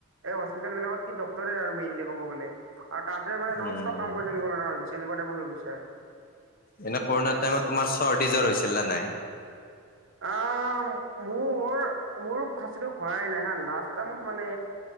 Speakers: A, on the right (about 60°); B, on the left (about 40°).
A: এই হস্তপিতে বিলাকত কি ডক্তৰে আৰু মেইনলি ক'ব গ'লে আৰু তাতে মানে
B: উম
A: নন ষ্টপ কাম কৰি থাকিব লগা হৈ গৈছে এনেকুৱা টাইপৰ হৈ গৈছে আৰু
B: এনে কৰোণাৰ
A: মানে
B: টাইমত
A: দ
B: তোমাৰ চৰ্দিজ্বৰ হৈছিল নে নাই?
A: আহ মোৰ মোৰ খাচিটো হোৱাই নাই হা লাষ্ট টাইমত মানে